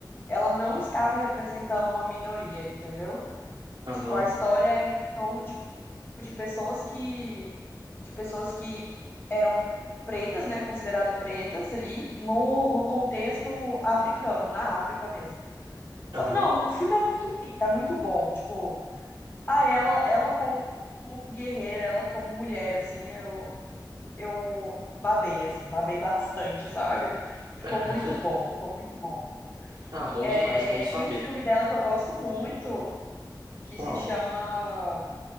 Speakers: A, on the left; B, on the right.
A: ela não estava representando uma minoria, entendeu?
B: aham,
A: Tipo, a história era em torno tipo, de pessoas que de pessoas que eram pretas, né, consideradas pretas ali no, no contexto africano, na África mesmo. Fo-
B: aham.
A: Não, o filme é muito pica, é muito bom. Tipo, ah, ela, ela como guerreira, ela como mulher, assim, eu, eu babei, assim, babei bastante, sabe? Ficou
B: <laughs>
A: muito bom, ficou muito bom.
B: Ah, bom
A: É,
B: demais, bom saber.
A: tem um filme dela que eu gosto muito, que
B: Qual?
A: se chama